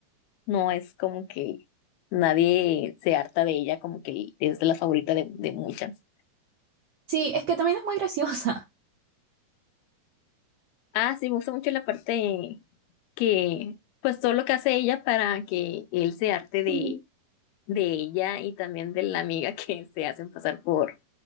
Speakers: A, on the left; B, on the right.
A: no es como que nadie se harta de ella, como que es de la favorita de, de muchas.
B: Sí, es que también es muy graciosa.
A: Ah, sí, me gusta mucho la parte que pues todo lo que hace ella para que él se harte de,
B: Ujú.
A: de ella y también de la amiga <laughs> que se hacen pasar por,